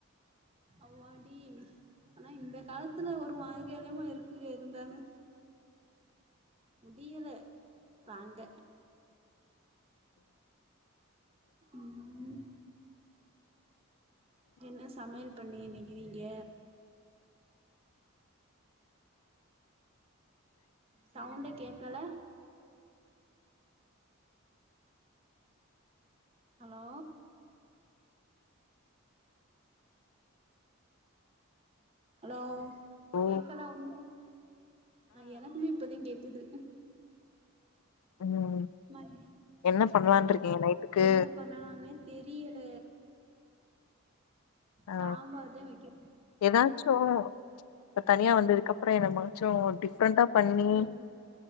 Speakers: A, on the right; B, on the left.
A: அவ்வாடி ஆனா இந்த காலத்துல ஒரு மாரியாதாமா இருக்குக இருந்தாலு முடியல தாங்க ம் என்ன சமையல் பண்ணிக இன்னைகி நீங்க சவுண்டே கேக்கல ஹலோ ஹலோ
B: ஓ
A: கேக்கல ஒன்னு ஆ எனக்குமே இப்பதேங் கேக்குது
B: ம்
A: <unintelligible>
B: என்ன பண்லான் இருக்கீங்க நைட்டுக்கு
A: என்னப்ப இன்னலானேத் தெரியல
B: ஆ
A: சாம்பார்தே வெக்க
B: எதாச்சு இப்பத் தனியா வந்ததுக்கப்றோ என மச்சோ டிஃப்ரெண்டாப் பண்ணி
A: ம்